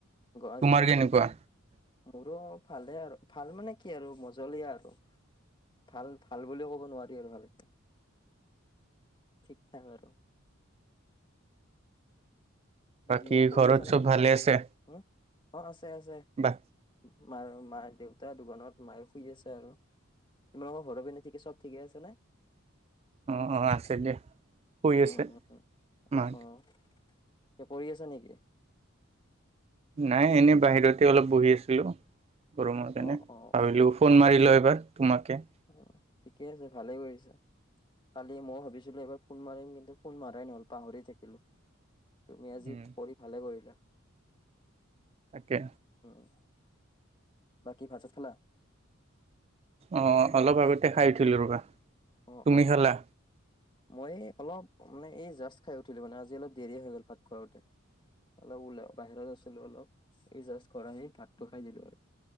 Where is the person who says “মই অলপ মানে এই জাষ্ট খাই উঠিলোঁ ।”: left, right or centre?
Left